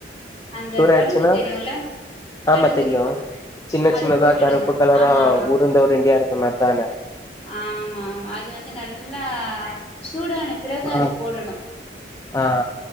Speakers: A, on the left (about 35°); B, on the left (about 20°).
A: அந்த
B: சூடாய்ர்ச்சுனா
A: கடுகு தெரியுல கடுகு
B: ஆமா தெரியு சின்ன
A: அது
B: சின்னதா
A: போட்டுடுங்க
B: கருப்பு கலரா
A: ஆமா ஆமா
B: உருண்ட உருண்டயா இருக்கமே அதானே
A: ஆமா ஆமா அத் து வந்து நல்லா சூடான பிறகு
B: ஆ
A: அது போடணு
B: ஆ